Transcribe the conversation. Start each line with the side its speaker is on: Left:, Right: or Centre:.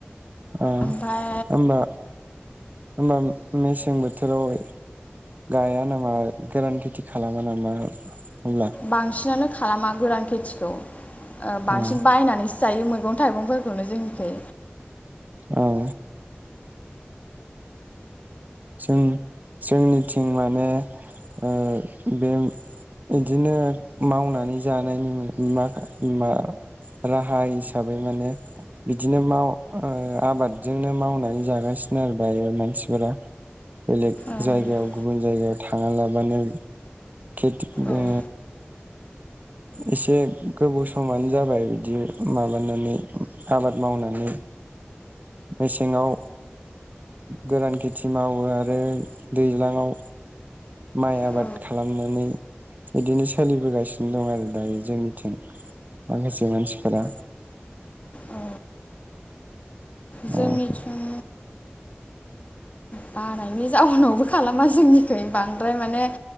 Right: औ
Left: ओमफाय
Right: होमबा होमबा मेसें बोथोराव हाय गाया नामा गोरान खिथि खालामा नामा होनब्ला?
Left: बांसिनानो खालामा गोरान खेथिखौ ओ बांसिन
Right: औ
Left: बायनानैसो जायो मैगं थाइगंफोरखौनो जोंनिखै
Right: औ जों जोंनिथिं माने ओ बे इदिनो मावनानै जानायनि मा मा राहा हिसाबै माने बिदिनो माव ओ आबादजोंनो मावनानै जागासिनो आरो दायो मानसिफोरा बेलेग
Left: ओं
Right: जायगायाव गुबुन जायगायाव थाङालाबानो खेथि
Left: औ
Right: ओ एसे गोबाव समानो जाबाय बिदि माबानानै आबाद मावनानै मेसेङाव गोरान खेथि मावो आरो दैज्लाङाव माइ आबाद
Left: औ
Right: खालामनानै इदिनो सोलिबोगासिनो दं आरो दायो जोंनिथिं माखासे मानसिफोरा
Left: औ जोंनिथिं
Right: अ
Left: बानायनि जाउनावबो खालामा जोंनिखै बांद्राय माने